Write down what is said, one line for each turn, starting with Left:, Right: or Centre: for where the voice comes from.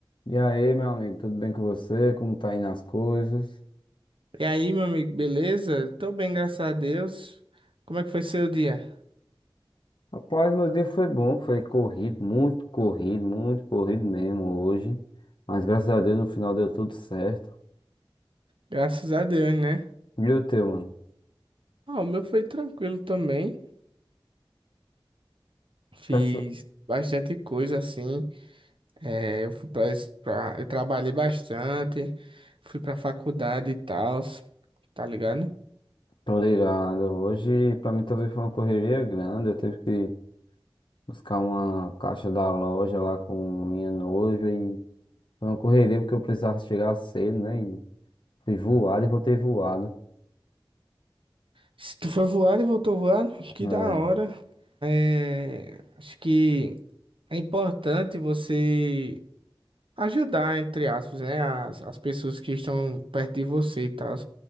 Left: E aí, meu amigo, tudo bem com você? Como tá indo as coisas?
Right: E aí, meu amigo, beleza? Tô bem, graças a Deus. Como é que foi seu dia?
Left: Rapaz, meu dia foi bom, foi corrido, muito corrido, muito corrido mesmo hoje. Mas graças a Deus no final deu tudo certo.
Right: Graças a Deus, né?
Left: E o teu, mano?
Right: Ah, o meu foi tranquilo também. Fiz
Left: Graças...
Right: bastante coisa assim. É, eu fui pra, es- pra- eu trabalhei bastante, fui pra faculdade e tal, tá ligado?
Left: Tô ligado. Hoje pra mim também foi uma correria grande. Eu tive que buscar uma caixa da loja lá com minha noiva e foi uma correria porque eu precisava chegar cedo, né? E fui voado e voltei voado.
Right: Se tu foi voado e voltou voando, que
Left: É,
Right: da hora. É, acho que é importante você ajudar, entre aspas, né, as, as pessoas que estão perto de você e tal.